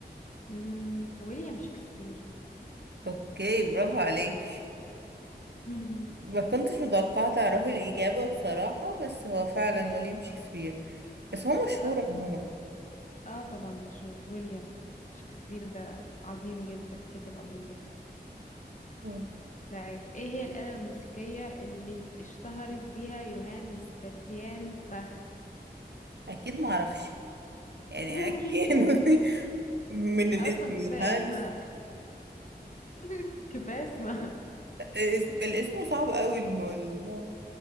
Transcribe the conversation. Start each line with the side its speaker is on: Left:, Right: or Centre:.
Left: مم، ويليام شكسبير
Right: اوكي برافو عليك
Left: مهم.
Right: ما كنتش متوقعة تعرفي الإجابة بصراحة بس هو فعلا ويليام شكسبير بس هو مشهور
Left: طب
Right: عموما
Left: ك- اه طبعا مشهور ويليام شكسبير ده عظيم جدا كاتب عظيم جدا
Right: مم.
Left: طيب ايه هي الآلة الموسيقية اللي اشتهرت بيها يوهان سباتيان باخ
Right: أكيد معرفش يعني
Left: <laughs>
Right: أكيد <laughs> من الاسم
Left: اصلا
Right: يوهانس
Left: كفايه اسمها <laughs> كفايه اسمها
Right: الاسم الاسم صعب قوي الم...